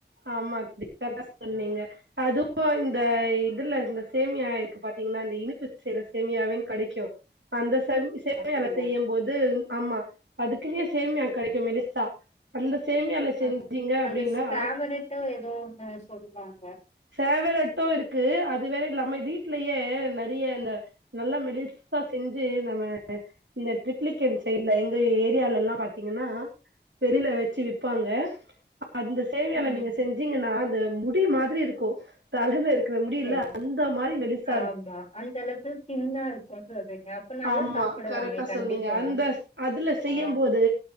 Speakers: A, on the right; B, on the left.
A: ஆமா கரெக்ட்டா சொன்னீங்க அதுவும் அந்த இதுல இந்த சேமியா இருக்கு பாத்தீங்கனா இந்த இனிப்பு செய்யற சேமியாவேன் கெடைக்கும் அந்த செம் சேமியால
B: அப்படியா
A: செய்யம் போது ஆமா அதுக்குன்னே சேமியா கெடைக்கும் மெலிசா அந்த சேமியால செஞ்சீங்க
B: ஆமா
A: அப்டின்னா
B: அந்த சாவரட்டோ ஏதோ ஒண்ணு சொல்லுவாங்க
A: சேவரட்டும் இருக்கு அது வேற இல்லாம வீட்லயே நெறைய இந்த நல்லா மெலிசா செஞ்சு நம்ம இந்த ட்ரிப்ளிகன் சைட்ல எங்க ஏரியாலல்லாம் பாத்தீங்கனா வெளியில வச்சு விப்பாங்க அந்த சேமியால
B: ம்
A: நீங்க செஞ்சீங்கனா அ அது முடி மாதிரி இருக்கும் தலையில இருக்கிற முடியில
B: சேரி
A: அந்த மாரி மெலிசா
B: ஆமா
A: இருக்கு
B: அந்த அளவுக்கு தின்னா இருக்கும்னு சொல்றீங்க அப்ப நல்லா
A: ஆமா
B: சாப்பிடலாமே
A: கரெக்டா
B: கண்டிப்பா
A: சொன்னீங்க அந்த அதுல செய்யம்
B: ஆ
A: போது